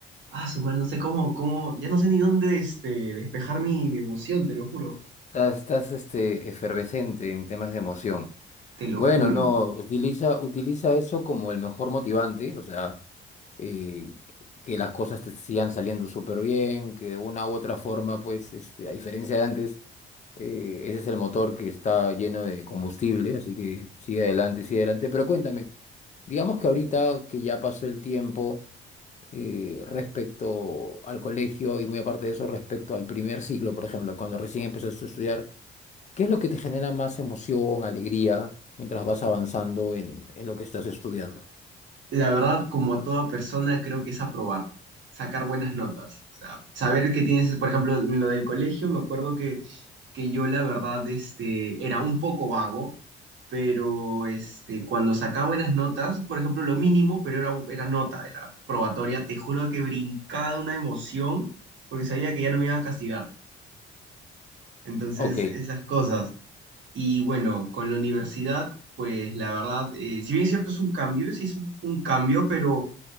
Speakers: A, on the right; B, on the left.
A: Ah, su madre, no sé cómo, cómo, ya no sé ni dónde este, despejar mi, mi emoción, te lo juro,
B: Estás, estás, este, efervescente en temas de emoción.
A: te lo
B: Bueno,
A: juro.
B: no, utiliza, utiliza eso como el mejor motivante, o sea, eh, que las cosas te sigan saliendo súper bien, que de una u otra forma, pues, este, a diferencia de antes, eh, ese es el motor que está lleno de combustible, así que sigue adelante, sigue adelante. Pero cuéntame, digamos que ahorita que ya pasó el tiempo eh, respecto al colegio y muy aparte de eso, respecto al primer ciclo, por ejemplo, cuando recién empezaste a estudiar. ¿Qué es lo que te genera más emoción, alegría, mientras vas avanzando en, en lo que estás estudiando?
A: La verdad, como a toda persona, creo que es aprobar, sacar buenas notas. O sea, saber que tienes, por ejemplo, en lo del colegio, me acuerdo que, que yo la verdad este, era un poco vago, pero este, cuando sacaba buenas notas, por ejemplo, lo mínimo, pero era, era nota, era probatoria, te juro que brincaba de una emoción porque sabía que ya no me iban a castigar. Entonces,
B: Ok,
A: esas cosas. Y bueno, con la universidad, pues la verdad, eh, si bien es cierto, es un cambio, sí es un un cambio, pero